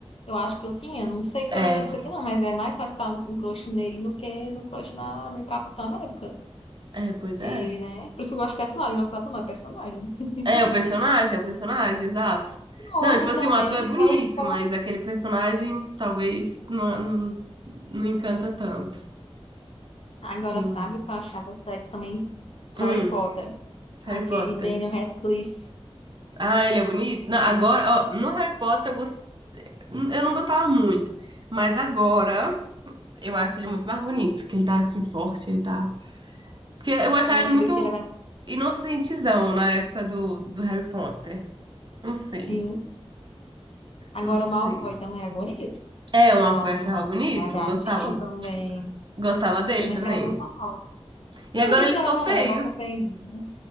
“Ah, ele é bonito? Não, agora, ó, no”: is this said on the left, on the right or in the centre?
Right